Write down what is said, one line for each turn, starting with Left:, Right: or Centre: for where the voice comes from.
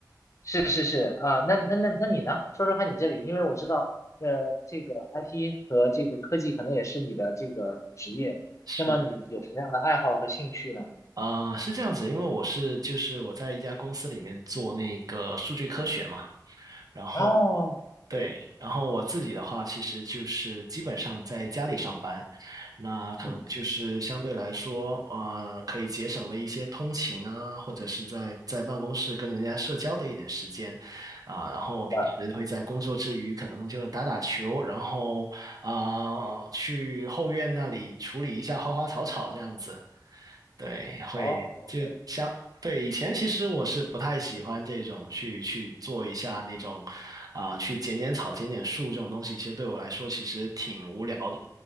Left: 是是是啊，那那那那你呢？说说看你这里，因为我知道，呃，这个 IT 和这个科技可能也是你的这个职业，
Right: 是
Left: 那么你有什么样的爱好和兴趣呢？
Right: 啊，是这样子，因为我是就是我在一家公司里面做那个数据科学嘛，然后
Left: 哦，
Right: 对，
Left: 哎，
Right: 然后我自己的话，其实就是基本上在家里上班，那可能就是相对来说，
Left: 嗯，
Right: 呃，可以节省了一些通勤啊，或者是在在办公室跟人家社交的一点时间，啊、然后我平时会在工作之余，
Left: 明白。
Right: 可能就打打球，然后啊、呃去后院那里处理一下花花草草这样子，对，会。
Left: 哦，OK，
Right: 对，以前其实我是不太喜欢这种去去做一下那种，啊、去剪剪草、剪剪树这种东西，其实对我来说其实挺无聊的。